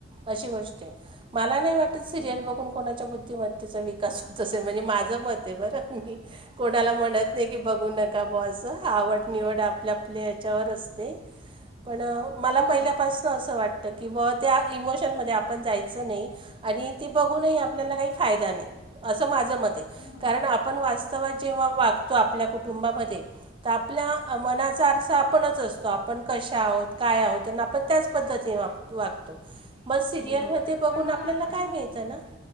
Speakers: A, on the right; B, on the left.
A: अशी गोष्ट आहे, मला नाही वाटतं. सिरियल
B: हम्म
A: बघून कोणाच्या बुद्धिमत्तेचा विकास होत असेल, म्हणजे माझं मत आहे बर मी. कोणाला म्हणत नाही, की बघू नका. का ब असं आवड निवड, आपल्या आपल्या हेच्यावर असते पण. मला
B: हा
A: पहिल्यापासनं असं वाट किंवा त्या इमोशनमध्ये आपण जायचं नाही, आणि ते बघूनही आपल्याला काही फायदा नाही. असं माझं मत आहे,
B: हा
A: कारण आपण वाच जेव्हा वागतो आपल्या कुटुंबामध्ये, तर आपल्या मनाचा. आपणच असतो आपण कशा आहोत, काय आहोत आपण त्याचं पद्धतीने वागतो. मग सिरियलमध्ये
B: बरोबर
A: बघून,
B: पण मग
A: आपल्याला
B: आता आहे
A: काय मिळतं ना.